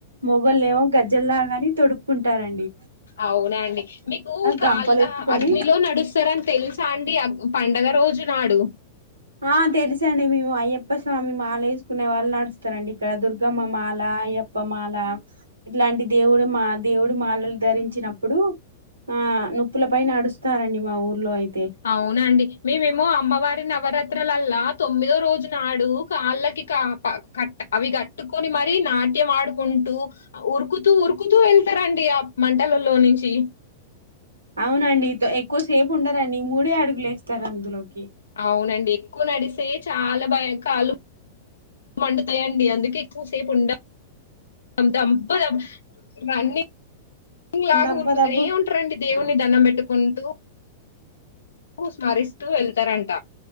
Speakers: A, on the right; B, on the left.
A: మొగల్ ఏమో గజ్జెలులాగాని తొడు కుంటారండి
B: అవునాండి మీకు కాల్
A: గంపలు ఎత్తుకొని
B: అగ్నిలో నడుస్త సరని తెలుసా అండి పండుగ రోజు నాడు
A: ఆ తెలుస అండి మేము అయ్యప్ప స్వామి మాాల వేసుకునే వాళ్ళు నడుస్తారంండి ఇక్కడ దుర్గమ్మ మాాల అయ్యప్పమాల ఇట్లాంటి దేవుడు మా దేవుడి మాలలు ధరించినప్పుడు ఆ నొప్పుల పైన అడుస్తారండి మా ఊర్లో అయితే
B: అవునండి మేమేమో అమ్మవారిని ఎవర తొమ్మిదో రోజు నాడు కాళ్ళకి క అవి కట్టుకొని మర నాటి వాట్యం ఆడుకుంటూ ఉరుకుతూ ఉరుకుతూ వెళ్తారండి ఆ మంటలలో నుంచి
A: అవునండి ఎక్కువసేపు ఉండరాని మూడే అడుగులు వస్తారు అందులోకి
B: అవునండి ఎక్కువ నడిస్తే చాలా బయంకాలు వండుతాయండి అందుకే ఎక్కువ సేపు ఉండ త ప రన్ని ఇంగ్లాగా
A: దబ్బ
B: ఊరుకుత
A: దబ్బు
B: ఏమింటారంండి దేవుణని దండం పెట్టుకుంటూ స్మరిస్తూ వెళ్తారంట